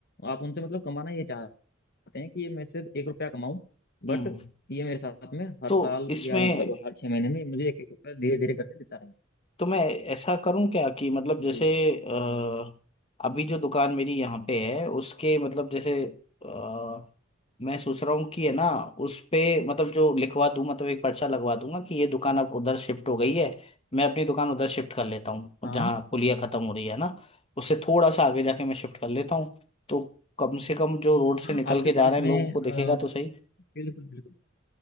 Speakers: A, on the left; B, on the left.
A: आप उनसे मतलब कमाना ये चाहते हैं कि ये मैं सिर्फ एक रुपया कमाऊं बट
B: हम्म
A: ये मेरे साथ में हर
B: तो
A: साल
B: इसमें
A: या मतलब हर छह महीने में मुझे एक एक रुपया धीरे धीरे करके देता रहे
B: तो मैं ऐसा करूँ क्या कि मतलब जैसे
A: जी
B: अ, अभी जो दुकान मेरी यहाँ पे है उसके मतलब जैसे अ, मैं सोच रहा हूँ कि है ना उस पे मतलब जो लिखवा दूँ मतलब एक पर्चा लगवा दूंगा कि ये दुकान अब उधर शिफ्ट हो गई है मैं अपनी दुकान उधर शिफ्ट कर लेता हूँ
A: हाँ
B: जहाँ पुलिया खत्म हो रही है ना उससे थोड़ा सा आगे जाके मैं शिफ्ट कर लेता हूँ तो कम से कम जो रोड से
A: हाँ
B: निकल
A: आपके
B: के जा
A: पास
B: रहे
A: में
B: हैं लोगों को
A: अ,
B: दिखेगा तो सही
A: बिल्कुल बिल्कुल